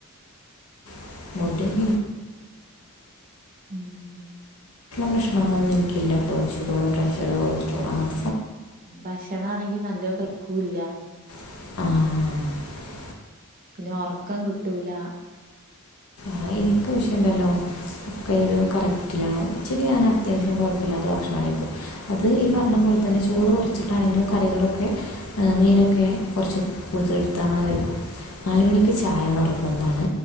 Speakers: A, on the left; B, on the right.
A: <unintelligible> ഉല്ല
B: ഉം
A: പ്രശ്നങ്ങളൊന്നും എനിക്കില്ല കേട്ടോ ഷുഗർ പ്രഷറ്റ്റോ അങ്ങനെ
B: ഭക്ഷണ ആണെങ്കി നല്ലോ കഴിക്കൂല്ല
A: ആഹ
B: പിന്നെ ഒറക്കം കിട്ടൂല
A: ആ എനിക്ക് വിഷയല്ലല്ലോ ഒക്കെ ഒരു കറക്റ്റിലാണ് ഉച്ചക്ക് ഞാൻ അത്യാവശ്യം കൊഴപ്പമില്ലാത്ത ബക്ഷണം കയ്ക്കും അത് ഈ പറഞ്ഞ
B: ഉം
A: പോലെ തന്നെ ചോറ് <unintelligible> വച്ചിട്ടാണെങ്കിലും കറികളൊക്കെ മീനൊക്കെ കുറച്ച് കൂടുതലെടുത്ത് അങ്ങനെ കഴിക്കും നാലുമണിക്ക് ചായന്ന്റക്കതാണ്